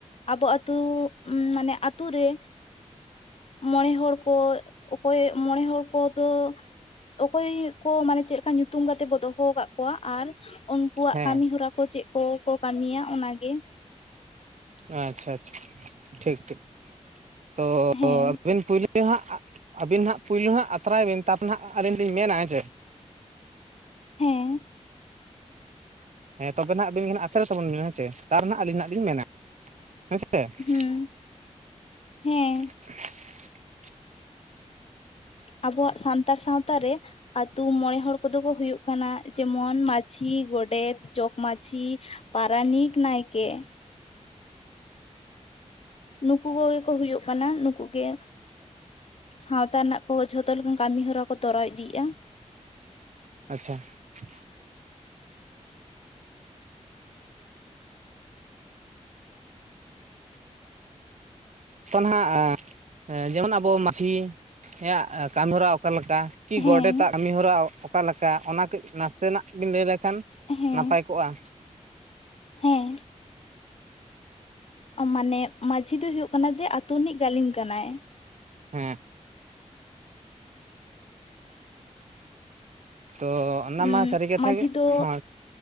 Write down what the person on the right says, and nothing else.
ᱦᱮᱸ
ᱟᱪᱪᱷᱟ ᱟᱪᱪᱷᱟ ᱴᱷᱤᱠ ᱴᱷᱤᱠ, ᱛᱚ
ᱟᱹᱵᱤᱱ ᱯᱳᱭᱞᱳ ᱦᱟᱸᱜ ᱟᱹᱵᱤᱱ ᱦᱟᱸᱜ ᱯᱳᱭᱞᱩ ᱦᱟᱸᱜ ᱟᱛᱨᱟᱭ ᱵᱤᱱ ᱛᱟᱯᱨᱮ ᱦᱟᱸᱜ ᱟᱹᱞᱤᱧ ᱞᱤᱧ ᱢᱮᱱᱟ ᱦᱮ ᱥᱮ᱾
ᱦᱮᱸ ᱛᱚᱵᱮ ᱱᱟᱜ ᱟᱵᱤᱱᱜ ᱟᱛᱨᱮ ᱛᱟᱵᱚᱱ ᱵᱮᱤᱱ ᱦᱮᱸᱥᱮ ᱛᱟᱨ ᱱᱟᱸᱜ ᱟᱹᱞᱤᱧ ᱦᱟᱸᱜ ᱞᱤᱧ ᱢᱮᱱᱟ᱾ ᱦᱮᱸ ᱥᱮ ᱾
<unintelligible>
ᱟᱪᱪᱷᱟ ᱾ ᱛᱚ ᱱᱟᱦᱟᱸᱜ ᱡᱮᱢᱚᱱ ᱟᱵᱚ ᱢᱟᱺᱡᱷᱤᱭᱟᱜ ᱠᱟᱹᱢᱤᱦᱚᱨᱟ ᱚᱠᱟᱮ ᱞᱮᱠᱟ? ᱠᱤ
ᱜᱚᱰᱮᱛᱟᱜ ᱠᱟᱹᱢᱤ ᱦᱚᱨᱟ ᱚᱠᱟ ᱞᱮᱠᱟ ᱚᱱᱟ ᱠᱟᱹᱡ ᱱᱟᱥᱮᱱᱟᱜ ᱵᱤᱱ ᱞᱟᱹᱭ ᱞᱮᱠᱷᱟᱱ
ᱱᱟᱯᱟᱭᱜ ᱠᱚᱜᱼᱟ?
ᱦᱮᱸ ᱾ ᱛᱚ ᱚᱱᱟ
ᱢᱟ ᱥᱟᱹᱨᱤ ᱠᱟᱛᱷᱟ
ᱜᱮ
ᱦᱳᱭ